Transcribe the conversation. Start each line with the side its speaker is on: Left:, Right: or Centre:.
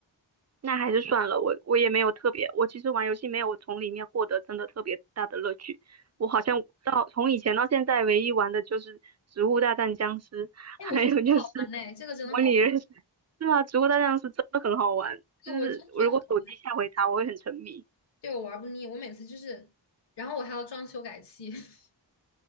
Right: 那还是算了。我我也没有特别，我其实玩游戏没有从里面获得真的特别大的乐趣。我好像到从以前到现在，唯一玩的就是《植物大战僵尸》，
Left: 哎，
Right: 还有就是
Left: 我觉得这个好玩嘞，这个真的好，
Right: 模拟人生。是啊，
Left: 对，
Right: 《植物大战僵尸》真的很好玩，
Left: 这个我真的觉得好，
Right: 就是如果手机下回它，我会很沉迷。
Left: 对我玩不腻。我每次就是，然后我还要装修改器，<laughs>